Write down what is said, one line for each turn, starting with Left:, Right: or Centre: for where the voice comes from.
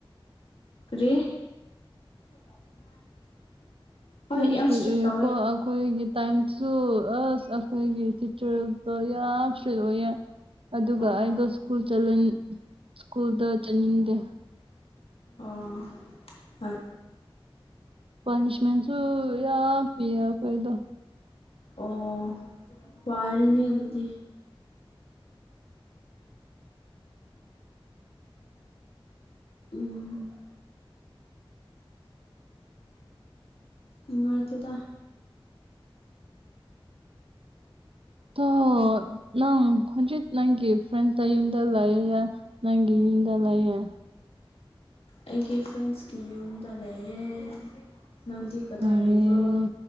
Left: ꯀꯔꯤ <inaudible> ꯍꯣꯏ
Right: ꯌꯥꯝ ꯁꯇ꯭ꯔꯤꯠ
Left: ꯏꯁꯇ꯭ꯔꯤꯛ
Right: ꯑꯣꯏꯌꯦꯀꯣ
Left: ꯇꯧꯋꯦ
Right: ꯑ ꯈꯣꯏꯒꯤ ꯇꯥꯏꯝꯁꯨ ꯑꯁ ꯑꯩꯈꯣꯏꯒꯤ ꯇꯤꯆꯔꯗꯣ ꯌꯥꯝ ꯁꯇ꯭ꯔꯤꯠ ꯑꯣꯏꯌꯦ ꯑꯗꯨꯒ
Left: ꯑꯣ
Right: ꯑꯩꯗꯣ ꯁ꯭ꯀꯨꯜ ꯆꯂꯟ ꯁ꯭ꯀꯨꯜꯗ ꯆꯠꯅꯤꯡꯗꯦ
Left: ꯑꯣ ꯍꯣꯏ
Right: ꯄꯅꯤꯁꯃꯦꯟꯁꯨ ꯌꯥꯝ ꯄꯤꯌꯦ ꯑꯩꯈꯣꯏꯗꯣ
Left: ꯑꯣ ꯋꯥꯔꯤꯅꯤ ꯑꯗꯨꯗꯤ ꯎꯝ ꯅꯨꯡꯉꯥꯏꯇꯦꯗ
Right: <unintelligible> ꯅꯪ ꯍꯟꯖꯤꯠ ꯅꯪꯒꯤ ꯐ꯭ꯔꯦꯟꯁ ꯇ ꯌꯨꯝꯗ ꯂꯩꯌꯦ ꯅꯪꯒꯤ ꯌꯨꯝꯗ ꯂꯩꯌꯦ
Left: ꯑꯩꯒꯤ ꯐ꯭ꯔꯦꯟꯁꯀꯤ ꯌꯨꯝꯗ ꯂꯩꯌꯦ ꯅꯪꯗꯤ ꯀꯗꯥꯏ
Right: ꯐꯔꯦ
Left: ꯂꯩꯕ꯭ꯔꯣ